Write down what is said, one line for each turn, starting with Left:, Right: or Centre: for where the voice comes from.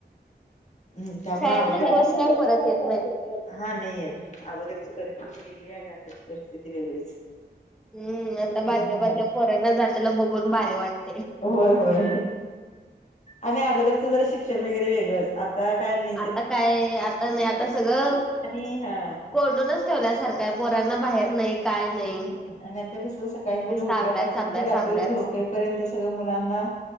Left: हम्म त्यामुळेगद
Centre: शाळेतले
Left: दिवस
Centre: परत
Left: काय
Centre: येत
Left: करायच.
Centre: नाहीत
Left: हा नाहीयेत अगोदरची परिस्थिती वेगळी आणि आताची परिस्थिती वेगळीच.
Centre: हम् आता
Left: हम्म.
Centre: बारक्या बारक्या पोरांना जाताला बघून भारीे वाटत
Left: होय होय आणि अगोदरचं जरा शिक्षण वगैरे वेगळंच आता काय नाही.
Centre: आता काय आता नाही आता सगळं
Left: आणि हा
Centre: कोडूनच. ठेवल्यासारखं आहे पोरांना बाहेर नाही. काय नाही
Left: हम् आणि आता कस सकाळी मुलं
Centre: नुसता
Left: उठल्यापासून
Centre: अभ्यास अभ्यास
Left: ते रात्री
Centre: अभ्यास
Left: झोपेपर्यंत सगळं मुलांना.